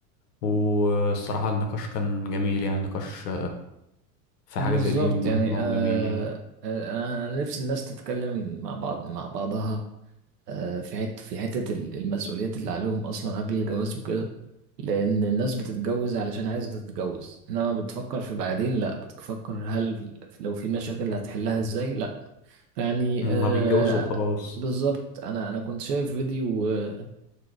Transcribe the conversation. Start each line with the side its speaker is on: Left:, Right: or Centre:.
Left: والصراحة النقاش كان جميل يعني النقاش في
Right: بالظبط
Left: حاجة زي دي مهمة
Right: يعني آه
Left: وجميل يعني
Right: آه، انا نفسي الناس تتكلم مع بعض مع بعضها آه في حته في حته ال- المسؤوليات اللي عليهم اصلا قبل الجواز وكده لان الناس بتتجوز علشان عايزه تتجوز انما بتفكر في بعدين لا بتفكر هل لو في مشاكل هتحلها ازاي يعني
Left: ما
Right: آه
Left: بيتجوزوا وخلاص
Right: بالظبط انا انا كنت شايف فيديو آه